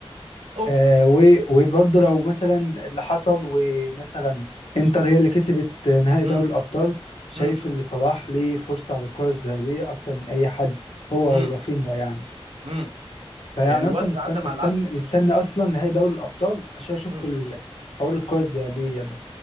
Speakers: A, on the right; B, on the left.
A: اوف
B: آه، و- وبرضه لو مثلا اللي حصل ومثلا انتر هي اللي كسبت نهائي
A: امم
B: دوري الابطال شايف
A: امم
B: ان صلاح ليه فرصة على الكرة الذهبية اكتر من اي حد هو
A: امم
B: ورافينيا يعني
A: امم
B: فيعني
A: يعني
B: انا
A: الواد
B: اصلا مستني
A: ده عدى مع
B: مستني
A: اللي عدوا
B: مستني
A: يعني
B: اصلا نهائي دوري الابطال عشان اشوف
A: امم
B: ال- حوار الكرة الذهبية ده